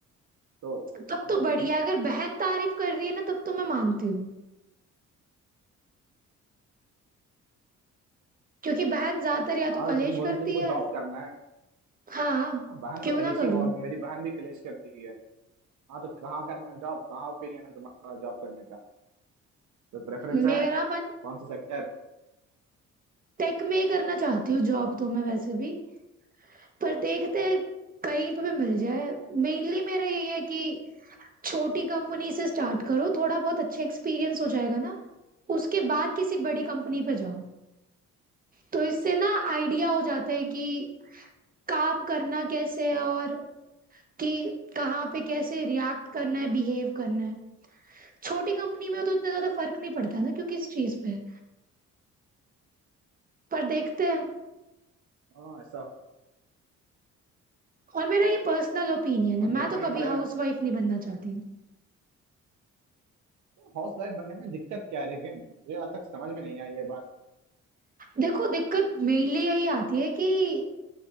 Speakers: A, on the right (about 75°); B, on the right (about 30°).
A: तो
B: तब
A: No
B: तो
A: opinion
B: बढ़िया है। अगर बहन तारीफ कर रही है ना तब तो मैं मानती हूँ क्योंकि बहन ज्यादातर या तो
A: हाँ
B: कलेश
A: तो तुम बोली
B: करती
A: तुमको
B: है
A: जॉब करना है
B: हाँ
A: अब बहन
B: क्यों
A: तो कलेशी
B: ना करूं
A: हुआ मेरी बहन भी कलेश करती है हाँ तो कहाँ करना है जॉब कहाँ ओपिनियन है तुम्हारा जॉब करने का तो प्रेफरेंस
B: मेरा
A: है
B: मन
A: कौन सा सेक्टर
B: टेक में ही करना चाहती हूँ जॉब तो मैं वैसे भी पर देखते हैं कहीं पे भी मिल जाए मेनली मेरा यही है कि छोटी कंपनी से स्टार्ट करो थोड़ा बहुत अच्छा एक्सपीरियंस हो जाएगा ना उसके बाद किसी बड़ी कंपनी पे जाओ तो इससे ना आइडिया हो जाता है कि काम करना कैसे है और कि कहाँ पे कैसे रिएक्ट करना है बिहेव करना है छोटी कंपनी में तो इतना ज्यादा फर्क नहीं पड़ता ना क्योंकि इस चीज पे पर देखते हैं
A: हाँ ऐसा
B: और मेरा ये पर्सनल ओपिनियन
A: हाँ
B: है मैं
A: देखना
B: तो
A: ही
B: कभी
A: पड़ेगा
B: हाउसवाइफ नहीं बनना चाहती
A: हाउस वाइफ बनने में दिक्कत क्या है लेकिन मुझे आज तक समझ में नहीं आई ये बात
B: देखो दिक्कत मेनली यही आती है कि